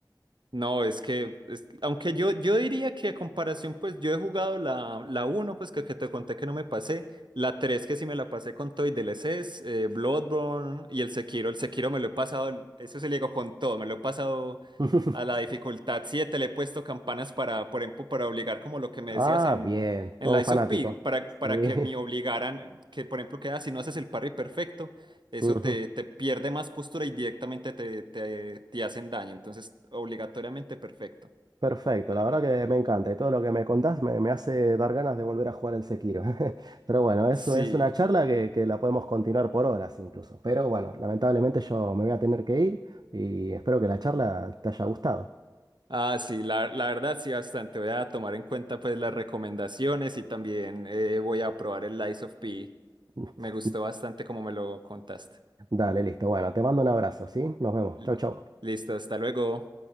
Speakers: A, on the right (about 85°); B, on the right (about 60°).
A: No, es que, es- aunque yo, yo diría que a comparación, pues yo he jugado la, la uno, pues que, que te conté que no me pasé, la tres que sí me la pasé con todo y DLCs, eh, Bloodborne y el Sekiro. El Sekiro me lo he pasado, eso se le digo con todo, me lo he pasado
B: <laughs>
A: a la dificultad siete, le he puesto campanas para, por ejemplo, para obligar como lo que me
B: Ah,
A: decías en,
B: bien,
A: en
B: todo
A: Lies
B: un fanático.
A: of P, para, para
B: Sí.
A: que
B: <laughs>
A: me obligaran, que por ejemplo, que ah, si no haces el parry perfecto eso
B: Ujú.
A: te, te pierde más postura y directamente te, te, te hacen daño. Entonces, obligatoriamente perfecto.
B: Perfecto, la verdad que me encanta y todo lo que me contás me, me hace dar ganas de volver a jugar el Sekiro. <laughs> Pero bueno, eso
A: Sí.
B: es una charla que, que la podemos continuar por horas incluso. Pero bueno, lamentablemente yo me voy a tener que ir y espero que la charla te haya gustado.
A: Ah, sí, la, la verdad sí, bastante. Voy a tomar en cuenta pues las recomendaciones y también eh, voy a probar el Lies of P.
B: <laughs>
A: Me gustó bastante como me lo contaste.
B: Dale, listo. Bueno, te mando un abrazo, ¿sí? Nos vemos.
A: L-
B: Chau, chau.
A: Listo, hasta luego.